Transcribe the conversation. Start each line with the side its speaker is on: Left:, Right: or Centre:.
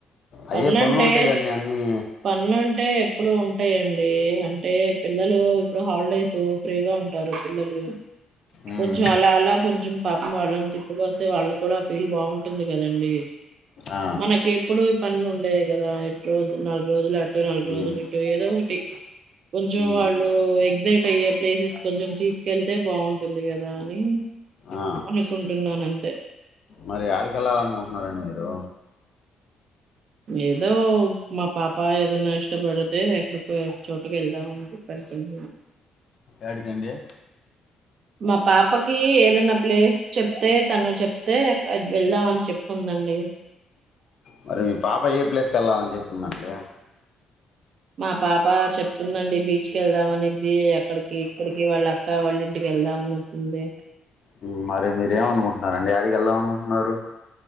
Left: అయ్యే
Right: పనులుంటే
Left: పనులు ఉంటాయి కదండి అన్నీ
Right: పనులు అంటే ఎప్పుడు ఉంటాయండి ఏ అంటే పిల్లలు ఇప్పుడు హాలిడేస్ ఫ్రీగా ఉంటారు పిల్లలు
Left: ఉమ్,
Right: కొంచెం అలా అలా కొంచం పాపం వాళ్ళని తిప్పుకొస్తే వాళ్ళ కూడా ఫీల్ బాగుంటుంది కదండి.
Left: ఆ,
Right: మనకి ఎప్పుడు పనులుండేయి కదా ఎ రోజులు నాలుగు రోజులు అ నాలు
Left: ఉమ్,
Right: రోజలిట్టు ఏదో ఒకటి ంచెం
Left: ఉమ్,
Right: వాళ్ళు ఎక్సైట్ య్యే ప్లేసెస్ కొంచెం తీసుకెళ్తే బాగుంటుంది కదా అని
Left: ఆ.
Right: అనుకుంటున్నానుంత్ తే
Left: మరి ఏడికి వెళ్ళాలినుకుంటున్నారండి మీరు
Right: ఏదో మా పాప ఏదన్నా ఇష్టపడితే ఎక్కడి చోటకు వెళ్దామ అని చెప్పి అనుకుంటు
Left: ఏడికండి
Right: మా పాపకి ఏదన్నా ప్లేస్ చెప్తే తను చెప్తే వెళ్దాం అని చెప్పుకుందండి
Left: మరి మీ పాప ఏ ప్లేస్కి వెళ్ళాలని చెప్ మండి
Right: మా పాప చెప్తుందండి బీచ్ కి వెళ్దాం అనిద్ది అక్కడికి ఇక్కడికి వాళ్ళ క్కయ్య వాళ్ళ ఇంటికి వెళ్దామనతుంది
Left: హ్మ్ మరి మీరేమ అనుకుంటున్నారండి ఏడికి వెళ్దాం అనుకుంటున్నారు